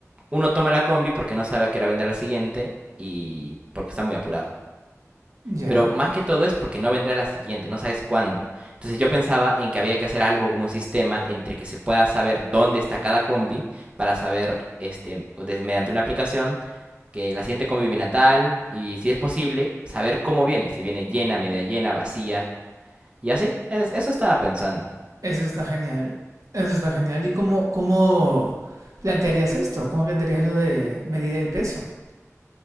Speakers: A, on the right; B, on the right.
A: uno toma la combi porque no sabe a qué hora vender la siguiente y porque está muy apurado.
B: Ya,
A: Pero más que todo es porque no vendrá la siguiente, no sabes cuándo. Entonces yo pensaba en que había que hacer algo como un sistema entre que se pueda saber dónde está cada combi para saber, este, pues, des- mediante una aplicación, que la siguiente combi viene a tal y si es posible, saber cómo viene, si viene llena, media llena, vacía y así. Es- eso estaba pensando.
B: eso está genial. Eso está genial. ¿Y cómo, cómo plantearías esto? ¿Cómo plantearías lo de medir el peso?